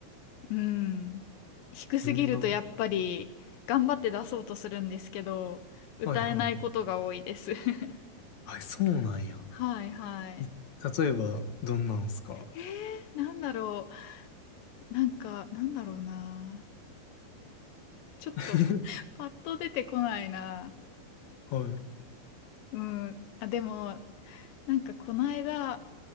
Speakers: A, on the left (about 75°); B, on the left (about 60°).
A: うん。低すぎるとやっぱり頑張って出そうとするんですけど、
B: どんな。は
A: 歌えないことが多いです。
B: いはい。
A: <laughs>
B: あ、そうなんや。
A: はいはい。
B: え例えば、どんなんすか
A: えー、なんだろう。なんか、なんだろうな。ちょっと、
B: <laughs>
A: パッと出てこないな。
B: は
A: うん。あ、でも、なんかこの間